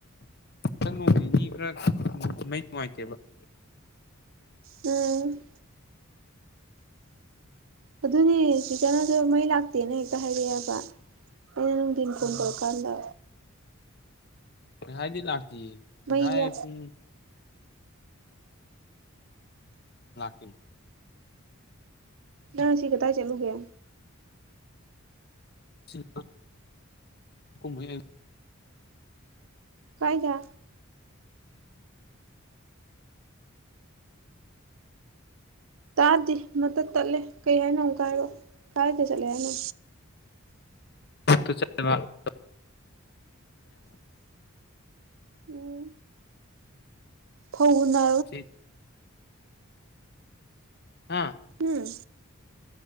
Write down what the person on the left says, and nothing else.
<unintelligible>
ꯎꯝ
ꯉꯥꯁꯥꯏꯗꯤ ꯂꯥꯛꯇꯦ ꯉꯁꯥꯏ
ꯄꯨꯡ <unintelligible>
<unintelligible>
<unintelligible>
<unintelligible> ꯍꯥꯥ